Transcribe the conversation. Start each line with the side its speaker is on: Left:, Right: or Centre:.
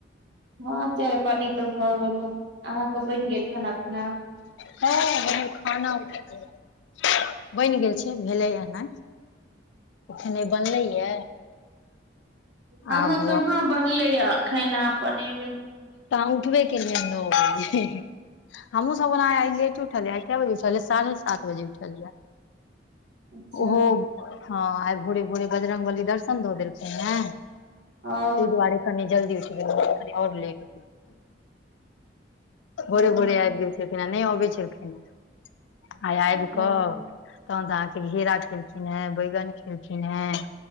Right: हां चाय पानी तऽ भऽ गेलै, अहाँके बैन गेल खाना-पीना।
Left: हां हमर खाना बैन गेलै। बैन गेल छै भेलै यै नै। एखने बनलैया
Right: हम्मे
Left: आब
Right: कहाँ ब नले यै अखैन आब बनेबै।
Left: त अहां उठबे केलिए नाउ बजे हम्हूँ सब ओना आय लेट उठलिए, आय कै बजे छलै साढ़े सात बजे उठलिए।
Right: अच्छा
Left: उहो हां आय भोरे-भोरे बजरंग बली दर्शन द देलकै हें।
Right: ओ
Left: तै दुआरे कनी जल्दी उठ गेलौ कनी और लेट भोरे-भोरे
Right: हँ
Left: आएब गेल छलखिन्ह यै, नै अबै छलखिन्ह। आय आएब
Right: ओ
Left: क तहन तऽ अहाँके घेरा खेलखिन्ह हें, बैगन खेलखिन्ह हें।